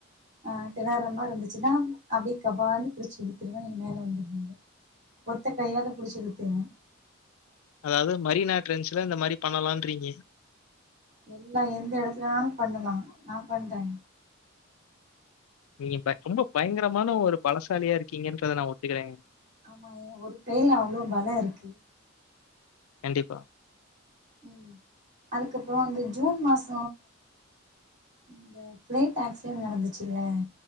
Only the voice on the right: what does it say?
அஹ் தெனர்ற மாரி இருந்துச்சுன்னா அப்டியே கபால்னு புடிச்சு இழுத்துருவே நீங்க மேல வந்துருவீங்க ஒத்த கையால புடிச்சு இழுத்துருவே
எல்லா எந்த இடத்துலனாலு பண்ணலா நா பண்றே
ஆமா ஏன் ஒரு கைல அவ்ள பல இருக்கு
உம் அதுக்கப்பறம் இந்த ஜூன் மாச இந்த பிளைட் ஆக்சிடென்ட் நடந்துச்சுல்ல